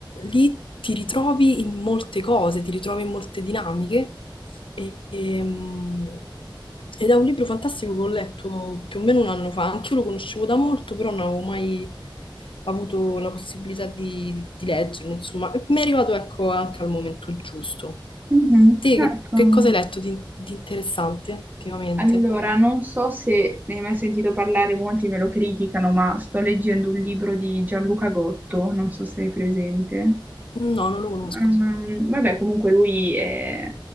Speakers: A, on the left; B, on the right.
A: lì ti ritrovi in molte cose, ti ritrovi in molte dinamiche, e- ehm, ed è un libro fantastico che ho letto più o meno un anno fa, anch'io lo conoscevo da molto, però non avevo mai avuto la possibilità di, di leggerlo, insomma, e mi è arrivato ecco anche al momento giusto.
B: Mhm,
A: Te
B: Certo.
A: che, che cosa hai letto di, di interessante ultimamente?
B: Allora, non so se ne hai mai sentito parlare, molti me lo criticano, ma sto leggendo un libro di Gianluca Gotto, non so se è presente.
A: No, non lo conosco.
B: Ehm, vabbè, comunque lui è-